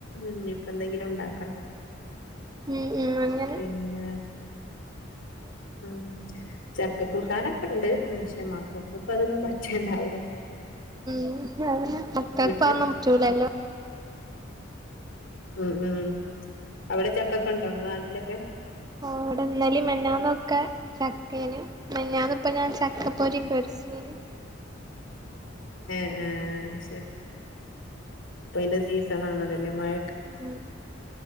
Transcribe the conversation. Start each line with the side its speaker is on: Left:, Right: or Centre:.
Left: ഉം ഇപ്പം എന്തെങ്കിലും ഉണ്ടാക്കണം
Right: ഉം ഉം അങ്ങനെ
Left: പിന്നെ ഉം <unintelligible> ചക്ക കൂട്ടാനൊക്കെ ഉണ്ട് പക്ഷെ മക്കൾക്ക് ഇപ്പ അതൊന്നും പച്ചുണ്ടാവൂല്ല
Right: ഉം മക്കക്ക്
Left: വീട്ടില്
Right: അതൊന്നും പറ്റൂലല്ലേ
Left: ഉം ഉം അവിടെ ചക്കൊക്കെ ഉണ്ടോ നിങ്ങടെ നാട്ടിലൊക്കെ
Right: ഓ അവിടെ ഇന്നാലെ മിനഞ്ഞാന്നൊക്കെ ചക്കേന് മെനഞ്ഞാന്ന് ഇപ്പം ഞാൻ ചക്ക പൊരി പൊരി <unintelligible>
Left: ഏഹ് ആഹ് ശരി ഇപ്പൊ ഇതിന്റെ സീസൺ ആണല്ലല്ലേ മഴ
Right: ഉം